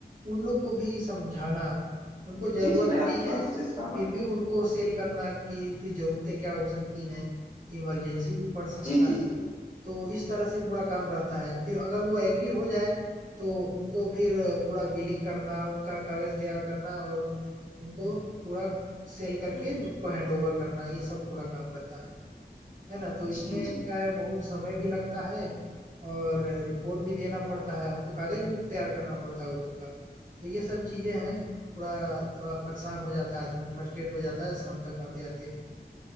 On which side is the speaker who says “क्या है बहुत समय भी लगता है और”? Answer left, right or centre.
Right